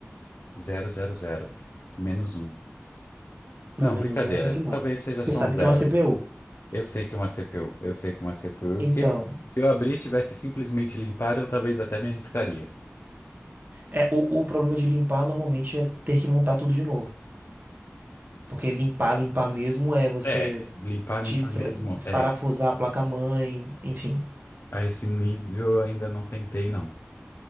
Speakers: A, on the left; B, on the right.
A: Zero, zero, zero. Menos um. Não,
B: Não, menos
A: brincadeira.
B: um é demais.
A: Talvez seja
B: Você
A: só
B: sabe
A: um zero.
B: o que é uma CPU.
A: Eu sei que é uma CPU, eu sei que é uma CPU.
B: Então,
A: Se eu, se eu abrir e tiver que simplesmente limpar, eu talvez até me arriscaria.
B: é o, o problema de limpar normalmente é ter que montar tudo de novo. Porque limpar, limpar mesmo é você
A: É, limpar,
B: te
A: limpar
B: desa-
A: mesmo.
B: desparafusar
A: É,
B: a placa-mãe, enfim.
A: a esse nível eu ainda não tentei, não.